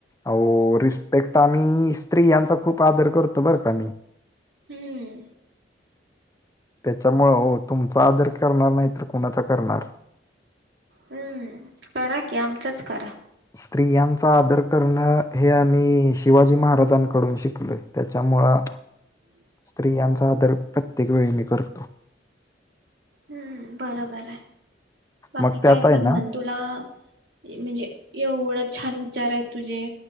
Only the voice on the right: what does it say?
हम.
हम्म करा की आमच्याच करा.
<unintelligible> <inaudible>
हम्म बरोबर आहे बाकी,
काय
पण
म्हण तुला म्हणजे एवढं छान विचार आहे तुझे